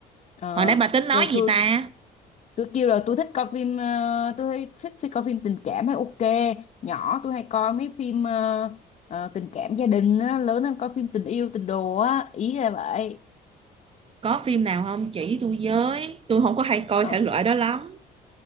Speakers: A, on the left; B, on the right.
A: ờ
B: hồi nãy bà tính nói
A: thì
B: gì
A: tôi
B: ta
A: tôi kêu là tôi thích coi phim ờ, tôi hay thích phim coi phim tình cảm hay ok nhỏ tôi hay coi mấy phim ờ, ờ, tình cảm gia đình á, lớn hơn coi phim tình yêu tình đồ á ý là vậy
B: có phim nào không chỉ tôi với tôi không có hay coi
A: ờ,
B: thể loại đó lắm